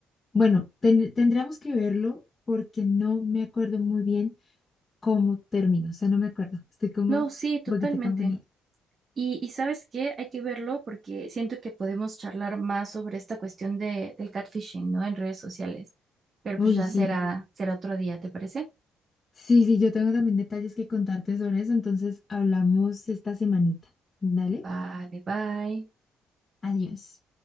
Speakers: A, on the left; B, on the right.
A: bueno, ten- tendríamos que verlo porque no me acuerdo muy bien cómo terminó, o sea, no me acuerdo, estoy como
B: No,
A: un
B: sí, totalmente.
A: poquito confundida.
B: Y, y ¿sabes qué? Hay que verlo porque siento que podemos charlar más sobre esta cuestión de, del catfishing, ¿no? En redes sociales. Pero
A: Uy,
B: pues ya
A: sí.
B: será, será otro día, ¿te parece?
A: Sí, sí, yo tengo también detalles que contarte sobre eso, entonces hablamos esta semanita. Dale,
B: Vale, bye.
A: adiós.